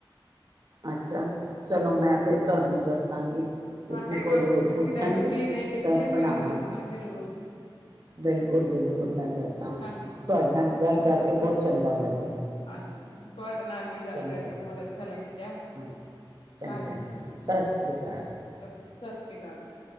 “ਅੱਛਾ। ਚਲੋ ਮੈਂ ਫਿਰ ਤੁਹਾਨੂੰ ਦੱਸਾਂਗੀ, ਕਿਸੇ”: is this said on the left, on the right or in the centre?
Right